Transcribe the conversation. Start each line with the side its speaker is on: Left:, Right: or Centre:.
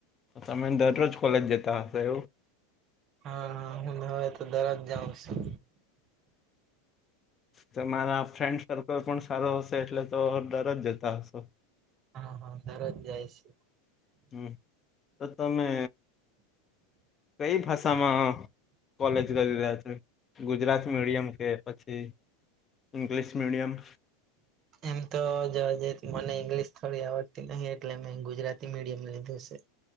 Left: તમે દરરોજ કોલેજ જતા હશે એવું?
Right: હા હા હું હવે તો દરરોજ જાઉં છું
Left: તો મારા ફ્રેન્ડ સર્કલ પણ સારો હશે એટલે તો દરરોજ જતા હશો
Right: હા હા દરરોજ જાય છે.
Left: હમ તો તમે કઈ ભાષામાં કોલેજ કરી રહ્યા છે, ગુજરાત મીડિયમ કે પછી? ઇંગ્લિશ મીડિયમ
Right: એમ તો <unintelligible> મને ઈંગ્લિશ થોડી આવડતી નહિ એટલે મેં ગુજરાતી મીડિયમ લીધું છે.